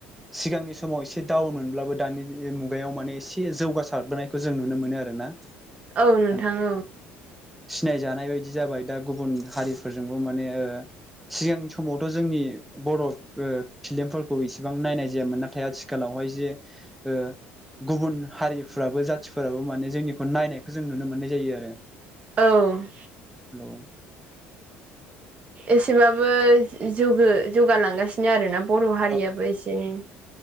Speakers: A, in the centre; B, on the right.
A: सिगांनि समाव एसे दाउन मोनब्लाबो दानि मुगायाव माने एसे जौगासारबोनाय खौ जों नुनो मोनो आरोना
B: औ नोंथां
A: माने
B: औ
A: सिनायजानाय बायदि जाबाय दा गुबुन हारिफोरजोंबो माने ओ सिगांनि समावथ' जोंनि बर' ओ फिल्मफोरखौ इसिबां नायनाय जायामोन नाथाय आथिख आथिखालावहाय जे ओ गुबुन हारिफ्राबो जाथिफोराबो माने जोंनिखौ नायनायखौ जों नुनो मोननाय जायो आरो।
B: औ
A: हेल' <inaudible>
B: एसेबाबो जौ-जौगालांगासिनो आरो ना बर' हारियाबो
A: औ
B: एसेनो